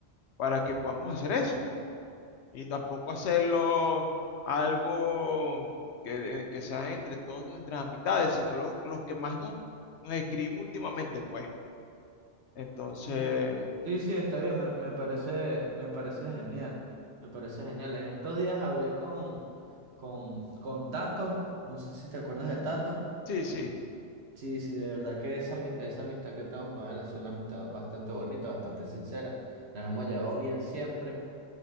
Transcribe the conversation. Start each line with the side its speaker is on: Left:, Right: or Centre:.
Left: para que podamos hacer eso. Y tampoco hacerlo algo que, que sea entre todas nuestras amistades, sino lo- los que más nos, nos escribimos últimamente, pues. Entonces,
Right: Sí, sí, sí, está bien, me, me parece, me parece genial, me parece genial. En estos días hablé con, con, con Tato, no sé si te acuerdas de Tato.
Left: sí, sí.
Right: Sí, sí, de verdad que esa, ami- esa amistad que tengo con él ha sido una amistad bastante bonita, bastante sincera. Nos hemos llevado bien siempre.